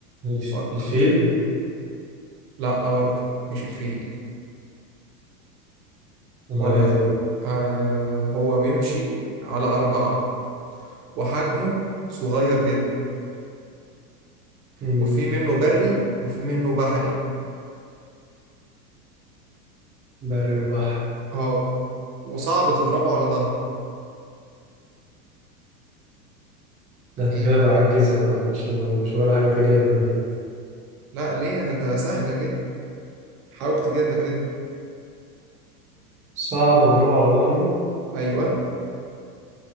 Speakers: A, on the right; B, on the right.
A: الف-
B: فكر
A: الفيل
B: كده لا برضه مش الفيل
A: امال
B: أقول
A: ايه
B: لك
A: طيب
B: آه هو بيمشي على أربعة وحجمه صغير جدا
A: مم،
B: وفي منه بري وفي منه بحري
A: بري وبحر
B: اه وصعب تضربه على ظهره
A: ده انت
B: ايه
A: كده بتعجزها بقى أنا مش انا مش ولا حاجة في جاية في دماغي
B: لا ليه ده سهلة جدا حاول تجيبها كده
A: صعب اضربه على ظهره
B: أيوه